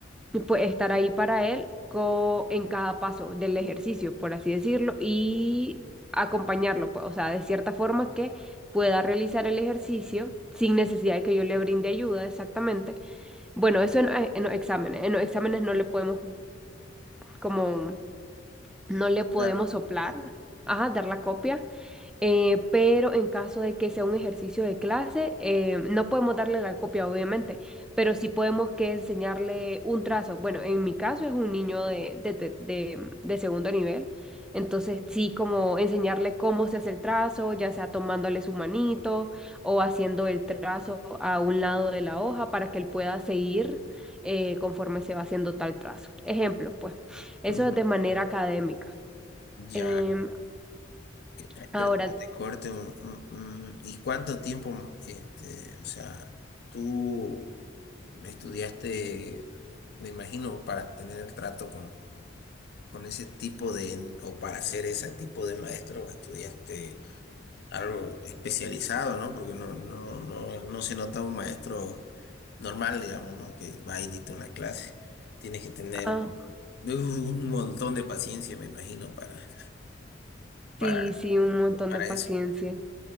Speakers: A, in the centre; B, on the left.
A: tú puedes estar ahí para él co- en cada paso del ejercicio, por así decirlo, y acompañarlo, pues, o sea, de cierta forma que pueda realizar el ejercicio sin necesidad de que yo le brinde ayuda, exactamente. Bueno, eso en, en los exámenes. En los exámenes no le podemos, como, no le podemos
B: claro.
A: soplar, ajá, dar la copia eh, pero en caso de que sea un ejercicio de clase, eh, no podemos darle la copia, obviamente, pero sí podemos que enseñarle un trazo. Bueno, en mi caso es un niño de, de, te- de- de segundo nivel, entonces sí como enseñarle cómo se hace el trazo, ya sea tomándole su manito o haciendo el trazo a un lado de la hoja para que él pueda seguir eh, conforme se va haciendo tal trazo. Ejemplos, pues, eso
B: Mm,
A: es de manera académica.
B: Ya,
A: Em,
B: Eh,
A: ahora,
B: perdón que te corte. un- un- un- ¿Y cuánto tiempo, mm, este, o sea, tú estudiaste, me imagino, para tener trato con, con ese tipo de, o para ser ese tipo de maestro, estudiaste? algo especializado, ¿no? Porque no, no, no, no se nota un maestro normal, digamos, ¿no? Que va y dicta una clase. Tienes que tener
A: ah,
B: <laughs> uh, un montón de paciencia, me imagino, para, para,
A: Sí, sí, un montón
B: para
A: de paciencia.
B: eso.